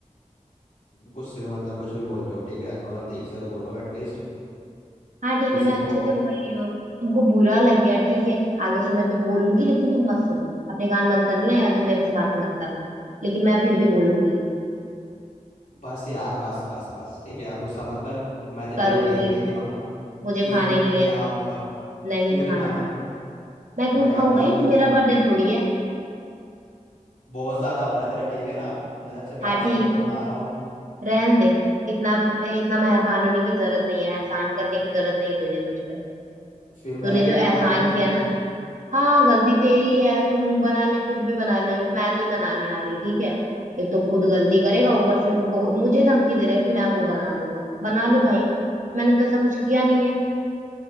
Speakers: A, on the left; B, on the right.
A: गुस्से में मतलब कुछ भी बोल रहे हो ठीक है थोड़ा ठीक से तो बोलो एटलीस्ट
B: हाँ ठीक
A: किसी
B: है मैं अच्छे
A: को
B: से बोल रही हूँ तुमको बुरा लग गया ठीक है आगे से मैं तुम बोलूंगी लेकिन तुम मत सुनना अपने कान बंद कर लेना या तुम मेरे से बात ही मत करना लेकिन मैं फिर भी बोलूंगी
A: बस यार बस बस बस ठीक है आप गुस्सा मत कर मैं तेरे
B: करूंगी
A: लिए केक लेके आऊंगा
B: मुझे
A: केक
B: खाना
A: लेके
B: ही नहीं है
A: आऊंगा
B: नहीं
A: क्यों
B: खाना
A: नहीं खाना
B: है मैं क्यों
A: ओए
B: खाऊं
A: अपना
B: भाई
A: बहुत
B: मेरा
A: ज्या-
B: बर्थडे थोड़ी है
A: बहुत ज्यादा हो रहा है तेरा ठीक है ना मैं सबसे प्यार
B: हाँ
A: से
B: ठीक
A: तेरे को मना रहा हूँ
B: रहन दे इतना इतना मेहरबान होने की जरूरत नहीं है एहसान करने की जरूरत नहीं है तुझे मुझ पे
A: फिर मैं
B: तूने
A: भी
B: जो एहसान
A: मुंह बना लूंगा
B: किया
A: देख ले
B: ना हाँ गलती तेरी है तू मुंह बना ले कुछ भी बना ले मैं नहीं मनाने आ रही ठीक है एक तो खुद गलती करेगा ऊपर से बो- मुझे धमकी दे रहा है कि मैं मुंह बना लूंगा बना ले भाई मैंने तो ऐसा कुछ किया नहीं है